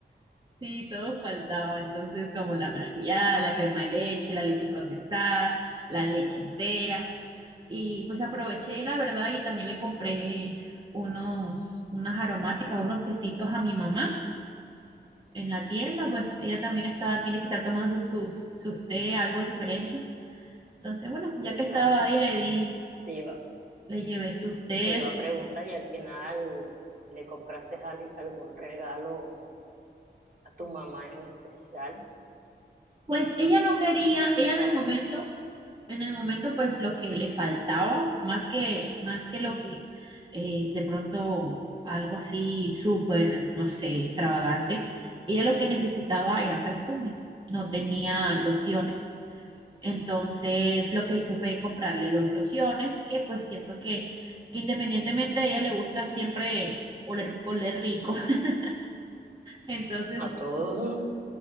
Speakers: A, on the right; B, on the right.
A: Sí, todo faltaba. Entonces, como la maracuyá, la crema de leche, la leche condensada, la leche entera. Y pues aproveché, la verdad, y también le compré unos, unas aromáticas, unos tecitos a mi mamá en la tienda. Pues ella también está, tiene que estar tomando sus, sus té, algo diferente. Entonces, bueno,
B: Sí,
A: ya que
B: claro.
A: estaba ahí, le di,
B: Te iba,
A: le llevé sus tés.
B: te iba a preguntar y al final le compraste al- algún regalo a tu mamá en especial
A: Pues ella no quería, ella en
B: para
A: el momento en el momento, pues lo que le faltaba, más que, más que lo que eh, de pronto algo así súper, no sé, extravagante, ella lo que necesitaba era perfumes, no tenía lociones. Entonces lo que hice fue comprarle dos lociones, que pues siento que, que independientemente a ella le gusta siempre oler, oler rico. <laughs> Entonces,
B: a todos,